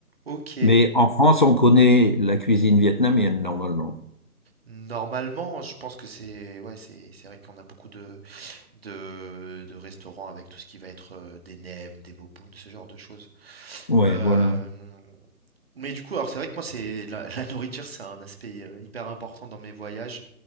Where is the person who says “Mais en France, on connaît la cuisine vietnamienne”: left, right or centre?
Left